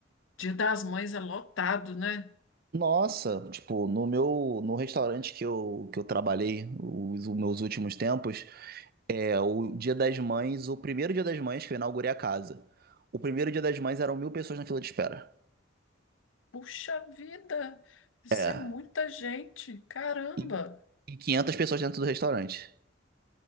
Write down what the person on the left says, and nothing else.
Dia das Mães é lotado, né?
Puxa vida, isso
é muita gente, caramba.